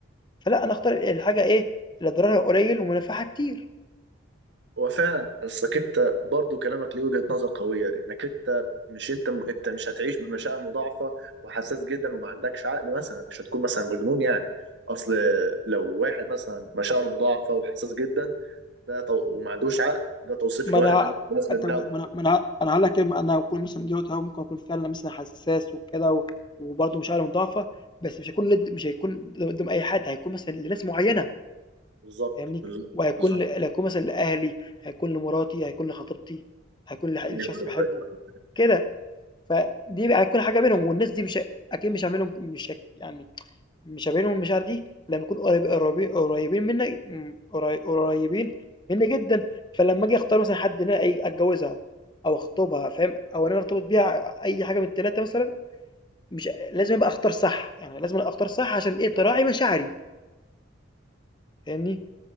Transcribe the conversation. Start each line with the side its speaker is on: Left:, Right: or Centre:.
Left: فلأ، أنا أختار الحاجة إيه، اللي ضررها قليل ومنافعها كتير.
Right: هو فعلا اصلك انت برضو كلامك ليه وجهة نظر قوية لانك انت مش انت م... انت مش هتعيش بمشاعر مضاعفة وحساس جدا وما عندكش عقل مثلا مش هتكون مثلا مجنون يعني اصل لو واحد مثلا مشاعره مضاعفة وحساس جدا ده تو... وما عندوش عقل ده توصيف
Left: ما
Right: لواحد
Left: أنا
Right: عنده لازمة
Left: أنت
Right: دواء
Left: ما أنا ما أنا أنا هاقول لك إيه، ما أنا هاكون مثلًا دلوقتي أهو ممكن أكون فعلًا مثلًا حساس وكده و وبرضه مشاعري مضاعفة، بس مش هاكون لد مش هيكون قدّام أي حد، هيكون مثلًا لناس معيّنة
Right: بالظبط
Left: فاهمني،
Right: بالظبط
Left: وهيكون
Right: بالظبط
Left: ل هيكون مثلًا لأهلي، هيكون لمراتي، هيكون لخطيبتي، هيكون لح لشخص
Right: ايوه ايوه
Left: باحبه،
Right: ايوه أيوة.
Left: كده. فدي بقى هتكون حاجة بينهم والناس دي مش ه- أكيد مش هاعمل لهم مش هك يعني مش ما بينهم المشاعر دي لما يكونوا قريب- قريبين قريبين مني م، قري- قريبين مني جدا فلما اجي اختار مثلا حد ان انا إيه اتجوزها او اخطبها فاهم او ان انا ارتبط بيها اي حاجه من الثلاثه مثلا مش لازم ابقى اختار صح يعني لازم أنا اختار صح عشان ايه تراعي مشاعري فاهمني